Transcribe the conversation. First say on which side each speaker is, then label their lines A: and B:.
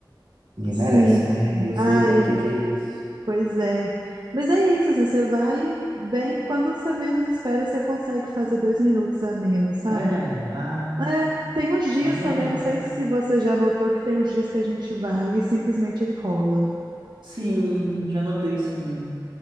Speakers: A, on the right; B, on the right.
A: ninguém
B: Sim.
A: merece, né? Eu sei
B: Ai,
A: bem
B: é-
A: o que que é isso.
B: pois é. Mas é isso, assim, você vai bem, quando você menos espera, você consegue fazer dois minutos a menos, sabe?
A: É, ai,
B: É, tem uns dias
A: é a meta.
B: também, não sei se você já notou que tem uns dias que a gente vai e simplesmente aí rola.
A: Sim, já notei, sim.